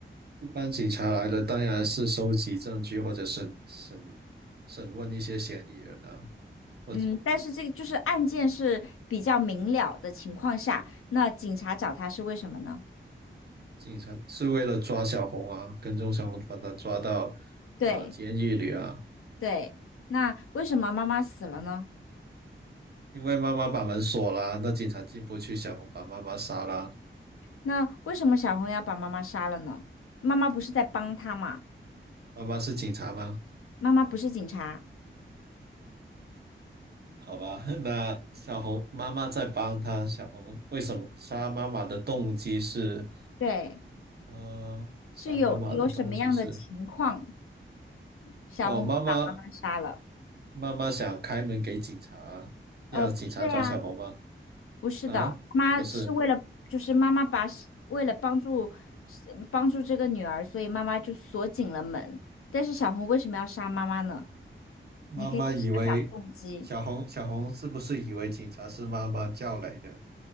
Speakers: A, on the right (about 50°); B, on the left (about 85°).
A: 一般警察来了，当然是收集证据或者审审审问一些嫌疑人啊。我
B: 嗯，但是这个就是案件是比较明了的情况下，那警察找他是为什么呢？
A: 警察是为了抓小红啊，跟踪小红，把她抓到
B: 对
A: 呃监狱里啊。
B: 对，那为什么妈妈死了呢？
A: 因为妈妈把门锁了，那警察进不去，小红把妈妈杀了。
B: 那为什么小红要把妈妈杀了呢？妈妈不是在帮他嘛？
A: 妈妈是警察吗？
B: 妈妈不是警察，
A: 好吧，<laughs> 那小红妈妈在帮他。小红为什么杀妈妈的动机是，
B: 对，
A: 呃，杀妈妈的动机是，
B: 是有有什么样的情况，小红会把妈妈杀了？
A: 哦，妈妈妈妈想开门给警察，让警察抓小红吗？
B: 呃，不是呀。不是的，
A: 啊，
B: 妈是为了，
A: 不是，
B: 就是妈妈把是为了帮助是帮助这个女儿，所以妈妈就锁紧了门。但是小红为什么要杀妈妈呢？
A: 妈妈以为
B: 你可以再想想动机。
A: 小红小红是不是以为警察是妈妈叫来的，